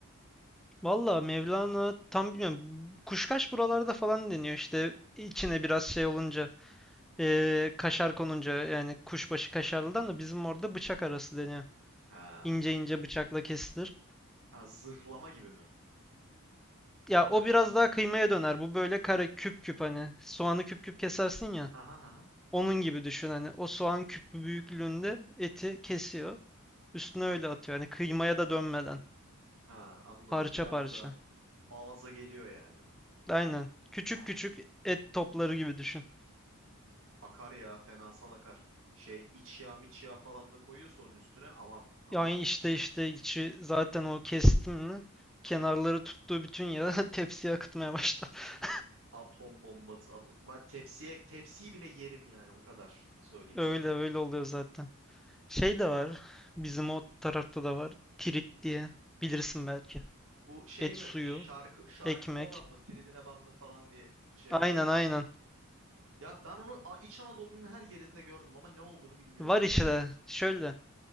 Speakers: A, in the centre; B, on the right.
A: Valla Mevlana tam bilmiyorum. Kuşkaş buralarda falan deniyor işte içine biraz şey olunca eee, kaşar konunca yani kuşbaşı kaşarlıdan da bizim orada bıçak arası deniyor.
B: Ha.
A: İnce ince bıçakla kesilir.
B: Ha zırhlama gibi mi?
A: Ya
B: Böyle
A: o biraz daha kıymaya döner. Bu böyle kare küp küp hani soğanı küp küp kesersin ya.
B: Ha ha ha. ha.
A: Onun gibi düşün hani o soğan küpü büyüklüğünde eti kesiyor. Üstüne öyle atıyor. Hani kıymaya da dönmeden.
B: Ha, anladım.
A: Parça
B: Biraz
A: parça.
B: da ağza geliyor yani.
A: Aynen. Küçük
B: He.
A: küçük et topları gibi düşün.
B: Akar ya fenasal akar. Şey iç yağ miç yağ falan da koyuyorsa onun üstüne aman aman.
A: Yani işte işte içi zaten o kestimini kenarları tuttuğu bütün yağı <laughs> tepsiye akıtmaya başladı. <laughs>
B: Atom bombası. At Va- tepsiye tepsiyi bile yerim yani o kadar söyleyeyim
A: Öyle
B: sana.
A: öyle oluyor zaten. Şey de var. Bizim o tarafta da var. Tirit diye. Bilirsin belki.
B: Bu şey
A: Et
B: mi
A: suyu,
B: şarkı şarkılı
A: ekmek.
B: olan mı tridine bandım falan diye şey yapıyor.
A: Aynen aynen.
B: Ya ben onu A- İç Anadolu'nun her yerinde gördüm ama ne olduğunu bilmiyorum.
A: Var işte.
B: Ne o?
A: Şöyle.